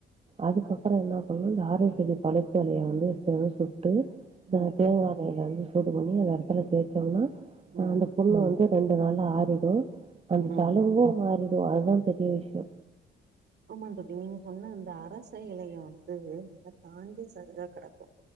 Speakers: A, on the right; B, on the right.
A: அதுக்கப்பறோ என்னா பண்ணு இந்த ஆர செடி பழுத்த எலய வந்து எடுத்து சுட்டு
B: ம்
A: அஹ் தேங்கா எண்ணெய்ல வந்து சூடு பண்ணி அந்த எடத்துல தேச்சம்னா
B: ம்
A: அஹ் அந்த புண்ணு வந்து ரெண்டு நாள்ல ஆறிடு அந்த
B: ம்
A: தலும்பு மாறிடு அதுதா பெரிய விஷ்யோ
B: ஆமாந் தோழி நீங்க சொன்ன அந்த அரச எலைய வந்து நல்லா காஞ்ச சருகா கடக்கு